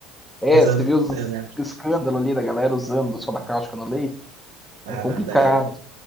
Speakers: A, in the centre; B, on the right.
A: é,
B: Uns anos...
A: você viu os
B: Eu lembro.
A: escândalo ali da galera usando soda cáustica no leite?
B: Ah,
A: É complicado.
B: não, daí...